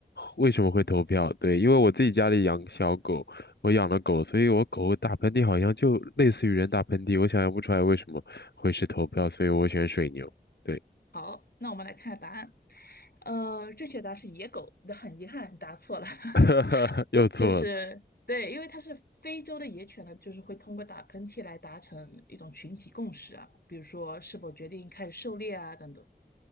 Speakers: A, on the left (about 80°); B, on the left (about 65°).
A: 为什么会投票。对，因为我自己家里养小狗，我养了狗，所以我狗打喷嚏好像就类似于人打喷嚏，我想象不出来为什么会是投票，所以我选水牛。对，
B: 好，那我们来看下答案。呃，正确答案是野狗，那很遗憾答错了。<laughs>
A: <laughs> 又错了。
B: 就是对，因为它是非洲的野犬呢，就是会通过打喷嚏来达成一种群体共识啊，比如说是否决定开始狩猎啊等等。